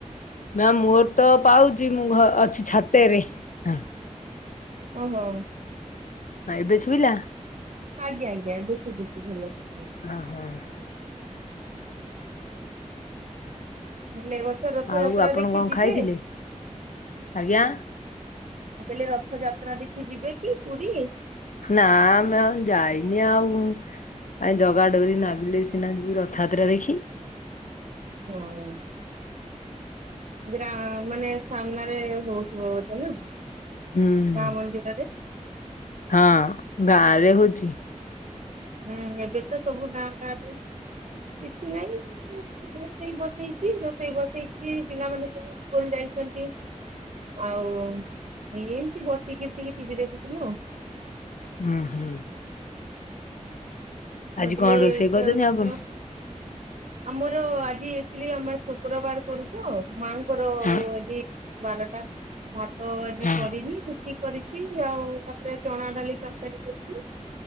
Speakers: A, on the left (about 85°); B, on the right (about 70°).
A: ମ୍ୟାମ୍ ମୋରତ ପାଉଚି ମୁଁ ଅଛି ଘ ଛାତରେ। ହଁ
B: ଓହୋ।
A: ଆଁ ଏବେ ଶୁବିଲା?
B: ଆଜ୍ଞା ଆଜ୍ଞା ଏବେ ଶୁଭୁଛିି ଭଲକିସେ।
A: ହଁ ହଁ।
B: ହେଲେ ଏବର୍ଷ ରଥ
A: ଆଉ
B: ଯାତ୍ରା
A: ଆପଣ
B: ଦେଖି
A: କଣ
B: ଯିବେ?
A: ଖାଇଥିଲେ? ଆଜ୍ଞା
B: ମୁଁ କହିଲି ରଥଯାତ୍ରା ଦେଖି ଯିବେକି ପୁରୀ?
A: ନା ମ୍ୟାମ୍ ଯାଇନି ଆଉ ଆଁ ଜଗା ଡୋରି ନାଗିଲେ ସିନା ଯିବୁ ରଥଯାତ୍ରା ଦେଖି।
B: ହଁ। ଗ୍ରା ମାନେ ସାମ୍ନାରେ ହଉଥିବ ବୋଧେ ନା।
A: ହୁଁ
B: ଗାଁ ମନ୍ଦିରରେ।
A: ହଁ ଗାଁରେ ହୋଉଚି।
B: ହୁଁ ଏବେ ତ ସବୁ ଗାଁ ଗାଁରେ କିଛି ନାଇଁ ମୁଁ ରୋଷେଇ ବସେଇଛି ରୋଷେଇ ବସେଇଛି ପିଲାମାନେ ସବୁ ସ୍କୁଲ ଯାଇଛନ୍ତି। ଆଉ ଏମତି ବସିକିରି ଟିକେ ଟିଭି ଦେଖୁଥିଲୁ ଆଉ।
A: ହୁଁ ହୁଁ। ଆଜି
B: ମୁ ଆ କଲି
A: କଣ
B: ଏଥରକ
A: ରୋଷେଇ କରୁଛନ୍ତି ଆପଣ?
B: ଆମର ଆଜି ଇଥିଲି ଆମେ ସ ଶୁକ୍ରବାର କରୁ ତ ମାଙ୍କର
A: ହଁ
B: ଆଜି ବାରଟା ସା ତ ଆଜି
A: ହଁ
B: କରିନି ରୁଟି କରିଛି ଆଉ ତାପରେ ଚଣା ଡାଲି ତରକାରୀ କରି